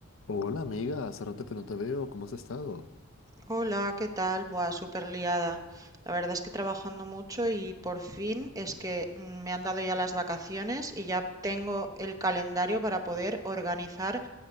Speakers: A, on the left; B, on the right.
A: Hola amiga, hace rato que no te veo, ¿cómo has estado?
B: Hola, ¿qué tal? Buah, súper liada. La verdad es que trabajando mucho y por fin es que mm, me han dado ya las vacaciones y ya tengo el calendario para poder organizar